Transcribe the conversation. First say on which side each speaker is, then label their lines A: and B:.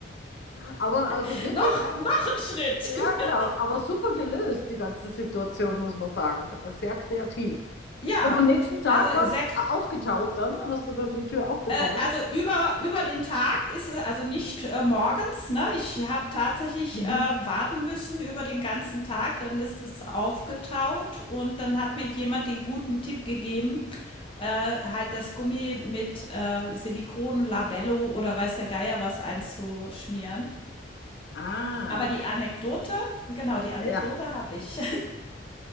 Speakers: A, on the left; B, on the left.
A: Aber also
B: <laughs>
A: wirklich,
B: noch,
A: ein-
B: noch ein Schritt.
A: ja,
B: <laughs>
A: genau. Aber super gelöst, die ganze Situation, muss man sagen. Sehr kreativ.
B: ja,
A: Und am nächsten Tag
B: also
A: war
B: sehr
A: es aufgetaut dann? Hast du dann die Tür aufbekommen?
B: Äh, also über, über den Tag ist es also nicht äh, morgens. Ne? Ich habe tatsächlich
A: Mhm.
B: äh, warten müssen über den ganzen Tag. Dann ist es aufgetaut und dann hat mir jemand den guten Tipp gegeben, äh, halt das Gummi mit äh, Silikon, Labello oder weiß der Geier was einzuschmieren.
A: Ah.
B: Aber die Anekdote, genau, die Anekdote
A: Ja.
B: habe ich.